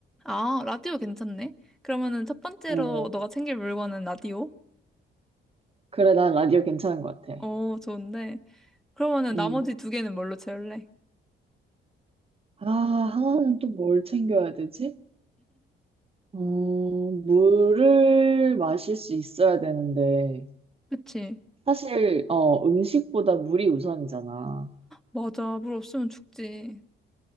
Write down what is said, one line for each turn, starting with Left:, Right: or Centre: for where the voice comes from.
Centre: 아, 라디오 괜찮네? 그러면은 첫 번째로
Right: 어,
Centre: 너가 챙길 물건은 라디오?
Right: 그래, 난 라디오 괜찮은 것 같아.
Centre: 어, 좋은데. 그러면은
Right: 음.
Centre: 나머지 두 개는 뭘로 채울래?
Right: 아, 하나는 또 뭘 챙겨야 되지? 어, 물을 마실 수 있어야 되는데.
Centre: 그치?
Right: 사실, 어, 음식보다 물이 우선이잖아.
Centre: 맞아. 물 없으면 죽지.